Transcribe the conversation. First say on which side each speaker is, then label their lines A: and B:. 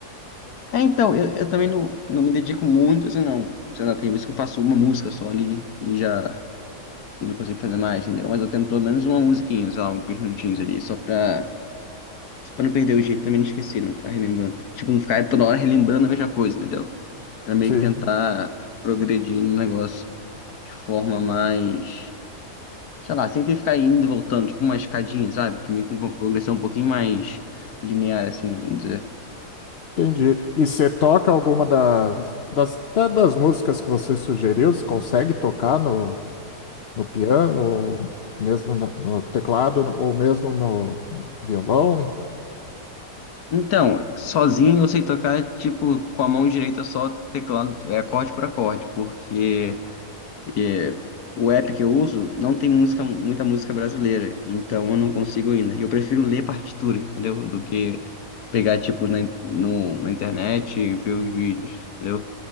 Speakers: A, on the left (about 70°); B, on the left (about 50°).
A: É, então, eu, eu também não, não me dedico muito, assim, não. Sei lá, tem vezes que eu faço uma música só ali e já e não consigo fazer mais, entendeu? Mas eu tento pelo menos uma musiquinha, sei lá, alguns minutinhos ali, só pra Pra não perder o jeito, também não esquecer, não ficar relembrando. Tipo, não ficar toda hora relembrando a mesma coisa, entendeu? Pra meio
B: Sim,
A: que tentar progredir no negócio de forma mais. Sei lá, sem ter que ficar indo e voltando, tipo uma escadinha, sabe? Que meio que uma progressão um pouquinho mais linear, assim, vamos dizer.
B: entendi. E você toca alguma das, das, até das músicas que você sugeriu? Você consegue tocar no, no piano, ou mesmo na- no teclado, ou mesmo no violão?
A: Então, sozinho eu sei tocar, tipo, com a mão direita só teclado, é acorde por acorde, porque. é, o app que eu uso não tem música, muita música brasileira, então eu não consigo ainda. E Eu prefiro ler partitura, entendeu? Do que pegar, tipo, na, in- no, na internet e ver os vídeos, entendeu?